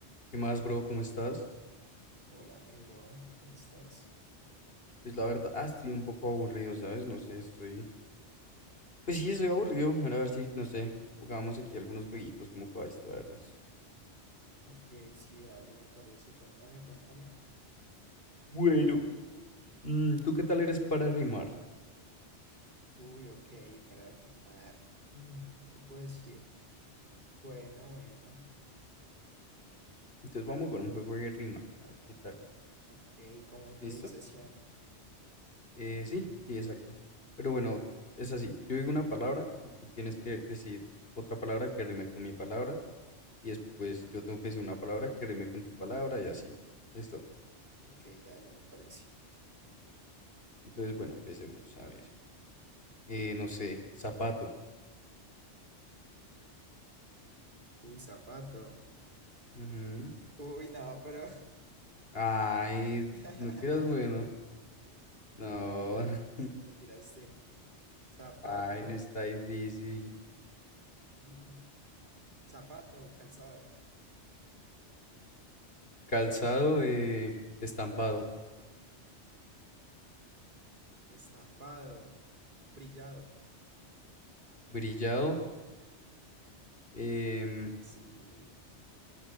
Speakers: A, on the left; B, on the right.
A: ¿Qué más, bro? ¿Cómo estás?
B: Hola, mi bro, ¿cómo estás?
A: Pues la verdad, ah, estoy un poco aburrido, ¿sabes? No sé, estoy... Pues sí, estoy aburrido. Era A ver si, no sé, jugamos aquí algunos jueguitos como para distraernos.
B: Ok, sí, dale, me parece. Cuéntame, cuéntame.
A: Bueno, mm, ¿tú qué tal eres para rimar?
B: Uy, ok, para rimar. Mm, ¿qué te puedo decir? Bueno, bueno.
A: Entonces vamos con un juego de rimar, a ver qué tal.
B: Ok, como improvisación.
A: ¿Listo? Eh, sí, sí, exacto. Pero bueno, es así, yo digo una palabra y tú tienes que decir otra palabra que rime con mi palabra y después yo tengo que decir una palabra que rime con tu palabra y así. ¿Listo?
B: Ok, dale, me parece.
A: Entonces, bueno, empecemos, a ver. Eh, no sé, zapato.
B: Uy, zapato.
A: Ujú.
B: Uy, no, pero.
A: Ay,
B: <laughs>
A: t- no que eras bueno. No,
B: No, me la tiraste,
A: <laughs>
B: me la tiraste. Zapato.
A: ay, no está difícil.
B: Mm, zapato, calzado.
A: Calzado, eh, estampado.
B: Estampado, brillado.
A: Brillado, em,
B: Sí.